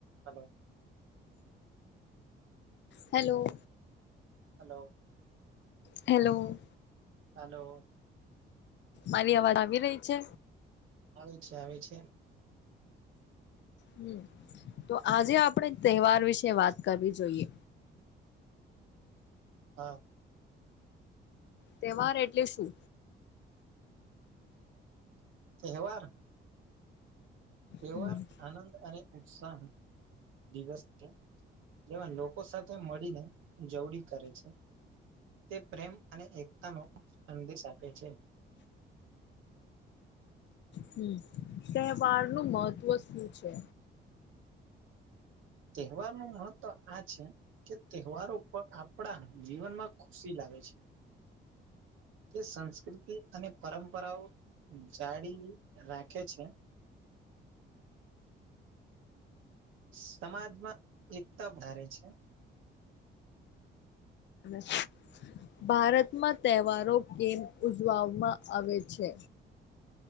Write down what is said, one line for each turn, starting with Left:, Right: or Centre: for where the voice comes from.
Right: Hello
Left: hello
Right: hello
Left: hello
Right: hello
Left: મારી અવાજ આવી રહી છે.
Right: આવે છે આવે છે.
Left: હમ તો આજે આપણે તહેવાર વિશે વાત કરવી જોઈએ.
Right: હા
Left: તહેવાર એટલે શું
Right: કેહેવાર તહેવાર
Left: હમ
Right: આનંદ અને ઉત્સાહ. દિવસ છે જેમાં લોકો સાથે મળીને ઉજવડી કરે છે. તે પ્રેમ અને એકતા નો સંદેશ આપે છે.
Left: હમ તહેવાર નું મહત્વ શું છે.
Right: તહેવાર નું મહત્વ આ છે. કે તહેવારો પણ આપડા જીવનમાં ખુશી લાગે છે. એ સંસ્કૃતિ અને પરંપરાઓ જાડી રાખે છે સમાજમાં એકતા વધારે છે
Left: સ ભારતમાં તહેવારો કેમ ઉજવવામાં આવે છે